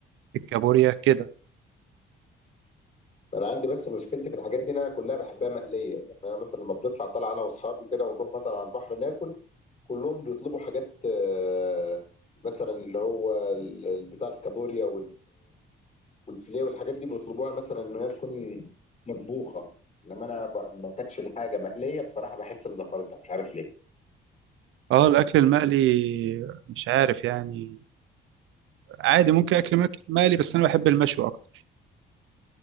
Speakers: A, on the right (about 85°); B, on the left (about 35°).
A: الكابوريا كده
B: انا عندي بس مشكلتي في الحاجات دي ان انا كلها بحبها مقليه يعني انا مثلا لما بنطلع طالع انا واصحابي كده ونروح مثلا على البحر ناكل كلهم بيطلبوا حاجات آه، مثلا اللي هو ال- بتاع الكابوريا والفيليه والحاجات دي بيطلبوها مثلا ان هي تكون مطبوخه انما انا ب- ما كانتش الحاجه مقليه بصراحه بحس بزفرتها مش عارف ليه
A: اه الاكل المقلي مش عارف يعني عادي ممكن اكل مك- مقلي بس انا بحب المشوي اكتر